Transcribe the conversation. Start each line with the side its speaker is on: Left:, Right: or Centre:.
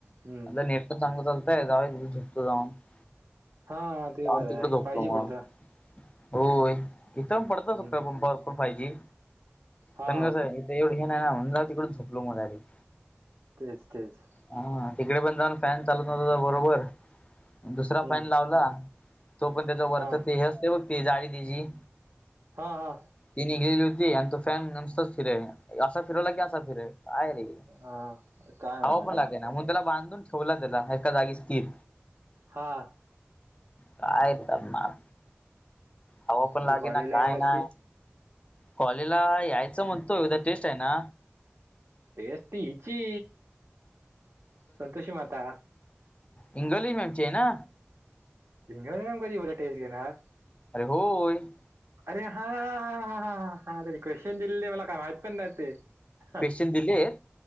Right: हम्म.
Left: आता ने <unintelligible> चांगलं चालतंय <unintelligible>
Right: हा ते
Left: जाऊन
Right: बरं
Left: तिकडे
Right: आहे,
Left: झोपलो
Right: फायजी
Left: मग
Right: पडतं.
Left: होय, इथं पण पडतच
Right: हम्म
Left: असतंय पंपावरपण
Right: हम्म
Left: फायजी.
Right: हा
Left: पण कसं हाय ते एवढे हे नाही ना, म्हणून तिकडच झोपलो म डायरेक्ट.
Right: तेच तेच.
Left: हा तिकडे पण जाऊन फॅन चालत नव्हता बरोबर, दुसरा
Right: हम्म
Left: फॅन लावला तो पण तेज वरचं
Right: हा
Left: ते हे असतंय बघ, ते जाळी तीजी.
Right: हा हा.
Left: ती निघलेली होती आणि तो फॅन नसताच फिराय, असा फिरवला की असा फिरे काय रे.
Right: हा काय
Left: हवापण
Right: म्हणायचं
Left: लागेना, मग त्याला बांधून ठेवला त्याला एका जागी स्थिर.
Right: हां
Left: काय करणार, हवापण
Right: उद्या
Left: लागेना
Right: कॉलेजला
Left: काय
Right: येणार आहेस
Left: नाय.
Right: की
Left: कॉलेजला यायचं म्हणतो, उद्या टेस्ट आहे ना?
Right: तेच ती हिची संतोषी माता.
Left: इंगवले मॅमची आहे ना?
Right: इंगे मेम कधी बोला टेस्ट घेणार
Left: अरे होय.
Right: अरे हा हा हा हा हा हा, त्यांनी क्वेश्चन दिलेले मला काय माहत पण नाही ते. हा
Left: क्वेश्चन दिलेत